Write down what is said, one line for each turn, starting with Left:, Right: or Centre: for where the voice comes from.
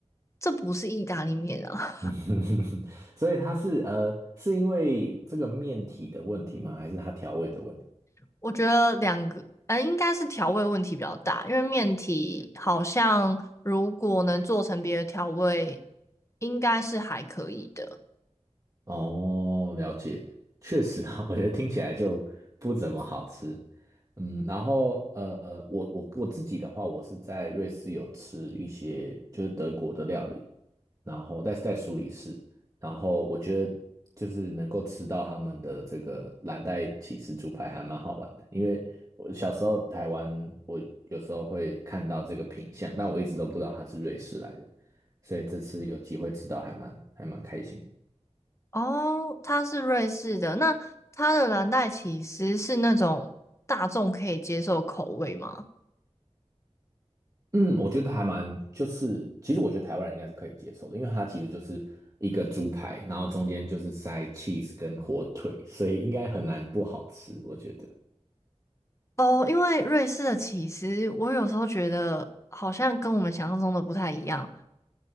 Left: 这不是意大利面啊。
Right: <laughs> 所以它是呃，是因为这个面体的问题吗？还是它调味的问题？
Left: <laughs> 我觉得两个，呃，应该是调味问题比较大，因为面体好像如果能做成别的调味，应该是还可以的。
Right: 哦，了解，确实啊，<laughs> 我觉得听起来就不怎么好吃。嗯，然后呃，我我我自己的话，我是在瑞士有吃一些就是德国的料理，然后但是在苏黎世，然后我觉得就是能够吃到他们的这个蓝带起司猪排还蛮好玩的，因为我小时候台湾我有时候会看到这个品相，但我一直都不知道它是瑞士来的，所以这次有机会吃到还蛮还蛮开心的
Left: 哦，它是瑞士的，那它的蓝带起司是那种大众可以接受的口味吗？
Right: 嗯，我觉得还蛮，就是其实我觉得台湾人应该是可以接受的，因为它其实就是一个猪排，然后中间就是塞 cheese 跟火腿，所以应该很难不好吃，我觉得。
Left: 哦，因为瑞士的起司，我有时候觉得好像跟我们想象中的不太一样。